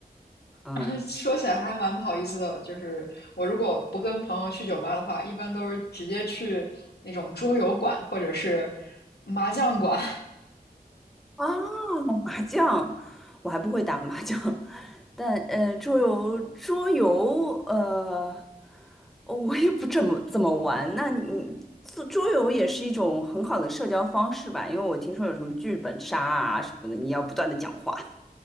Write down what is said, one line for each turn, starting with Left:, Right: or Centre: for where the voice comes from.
Centre: 嗯。
Left: <laughs> 说起来还蛮不好意思的，就是我如果不跟朋友去酒吧的话，一般都是直接去那种桌游馆或者是麻将馆。
Centre: 啊 <laughs>，麻将，我还不会打麻将，<laughs> 但呃，桌游，桌游，呃。哦，我也不怎么怎么玩。那你做桌游也是一种很好的社交方式吧？因为我听说有什么剧本杀啊什么的，你要不断的讲话。